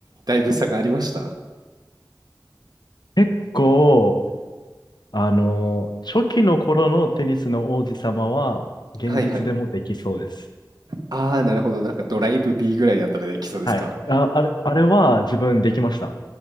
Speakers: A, on the right; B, on the left.
A: だいぶ差がありました
B: 結構、あの、初期の頃のテニスの王子様は、現実でもできそうです。
A: はいはい。ああ、なるほど。なんかドライブ B ぐらいだったらできそうですか
B: はい。あ、あれ、あれは自分できました。